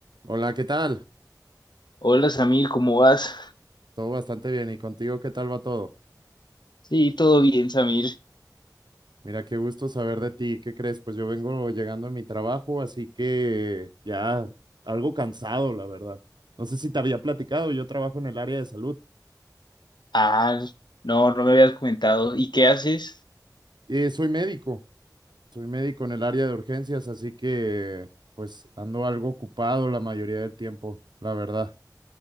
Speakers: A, on the right; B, on the left.
A: Hola, ¿qué tal?
B: Hola Samir, ¿cómo vas?
A: Todo bastante bien. ¿Y contigo qué tal va todo?
B: Sí, todo bien, Samir.
A: Mira, qué gusto saber de ti. ¿Qué crees? Pues yo vengo llegando a mi trabajo, así que ya algo cansado, la verdad. No sé si te había platicado, yo trabajo en el área de salud.
B: Ah, no, no me habías comentado. ¿Y qué haces?
A: Eh, soy médico, soy médico en el área de urgencias, así que pues ando algo ocupado la mayoría del tiempo, la verdad.